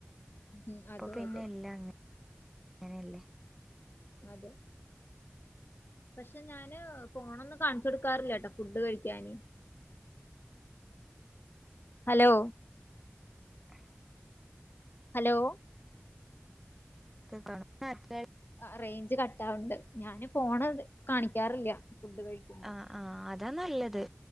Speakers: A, on the left (about 55°); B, in the centre.
A: ഉം
B: ഇപ്പൊ
A: അതെ
B: പിന്നെ
A: അതെ
B: എല്ലാം അങ്ങനെ യല്ലേ.
A: അതെ. പക്ഷെ ഞാന് ഫോണൊന്നും- കാൺച്ചൊടുക്കാറില്ലട്ടോ ഫുഡ് കഴിക്കാന്. ഹലോ.
B: <inaudible>
A: ഹലോ.
B: <unintelligible>
A: അഹ് റേഞ്ച് കട്ടാവിണ്ട്, ഞാന് ഫോണ് കാണിക്കാറില്ല്യ ഫുഡ് കഴിക്കുമ്പോ.
B: ആഹ് ആഹ് അതാ നല്ലത്.